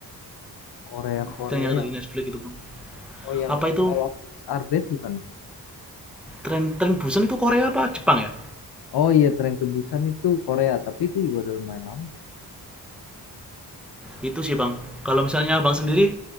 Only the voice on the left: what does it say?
Korea-Korea
yang
oh yang
All of Us Are Dead bukan?
Oh iya, Tren Busan itu Korea, tapi itu juga udah lumayan lama.